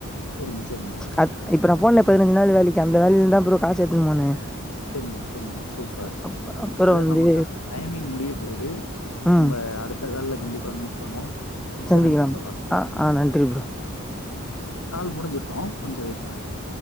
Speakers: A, on the left (about 85°); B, in the centre.
A: <unintelligible>
B: அது இப்ப நா போன பதினஞ்ச நா வேலைக்கு அந்த வேலையிலிருந்து தா ப்ரோ காசு எத்துனு போனே
A: சேரிங்க சேரிங்க சூப்பர்
B: அப் அப்புறோ
A: அத
B: வந்து
A: நமக்கான டைமிங் முடிய போது
B: ம்
A: நம்ம அடுத்த அடுத்த கால்ல கண்டிப்பா மீட் பண்ணுவோ மிக்க
B: சந்திக்கலாம்
A: நன்றி தோழா
B: ஆ ஆ நன்றி ப்ரோ
A: கால் முடிஞ்சிருட்டு கொஞ்சோ வெயிட் பண்ணுங்க